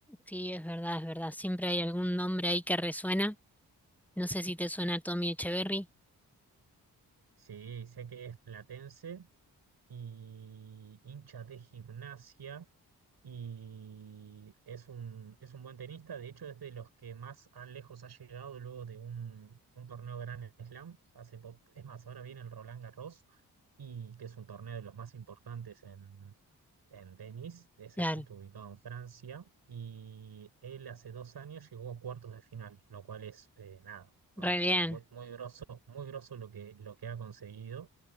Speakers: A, in the centre; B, on the right.
A: Sí, es verdad, es verdad. Siempre hay algún nombre ahí que resuena. No sé si te suena Tommy Echeverry.
B: Sí, sé que es platense y hincha de gimnasia y es un, es un buen tenista, de hecho es de los que más a lejos ha llegado luego de un, un torneo Grand Slam, hace po- es más, ahora viene el Roland Garros y que es un torneo de los más importantes en, en tenis, ese
A: Claro,
B: es justo ubicado en Francia, y él hace dos años llegó a cuartos de final, lo cual es eh, nada,
A: re
B: eh,
A: bien.
B: muy, muy groso, muy groso lo que, lo que ha conseguido.